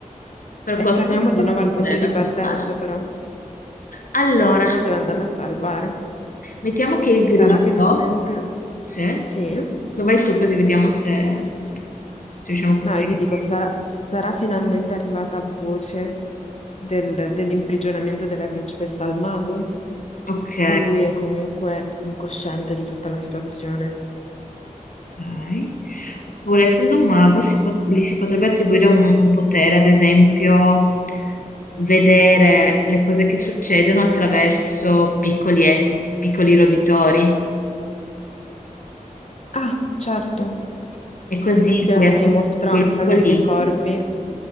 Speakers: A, on the left; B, on the left.
A: per
B: e
A: qualcuno
B: torniamo
A: che
B: di
A: possa
B: nuovo al punto
A: volerla
B: di partenza,
A: salvare.
B: però.
A: Allora,
B: Qualcuno deve andarla a salvare.
A: mettiamo che il grillo,
B: Sarà finalmente...
A: sì,
B: Sì?
A: dove vai tu così vediamo se, se riusciamo a costruire
B: No, io dico,
A: bene.
B: sarà, sarà finalmente arrivata a voce del- dell'imprigionamento della principessa al mago?
A: Ok,
B: O lui è comunque incosciente di tutta la situazione?
A: ok. Oppure, essendo un mago, si pot- gli si potrebbe attribuire un, un potere, ad esempio, vedere le cose che succedono attraverso piccoli, es- piccoli roditori.
B: Ah, certo.
A: E così
B: Sempre ispirata
A: lui attraverso
B: a Game of Thrones,
A: piccoli topolini
B: anziché ai corvi.